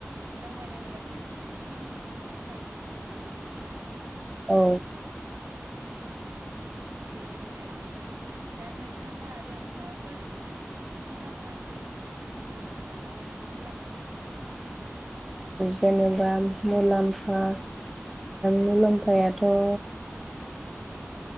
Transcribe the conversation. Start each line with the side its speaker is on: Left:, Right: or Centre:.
Right: दावबायनाय होनोबाथ माने बेफोरखौनो मिथिनो थाखाय जोङो थाङो नङा होनबा ना
Centre: औ
Right: औ बेबायदिनो आरो नोंथां दा नोंथाङा आरो माबाफोर मुलाम्फाफोरनि सायाव बुंनो हागोन नामा दावबायनानै मुलाम्फा मोननो
Centre: जेनेबा मुलाम्फा मुलाम्फायाथ'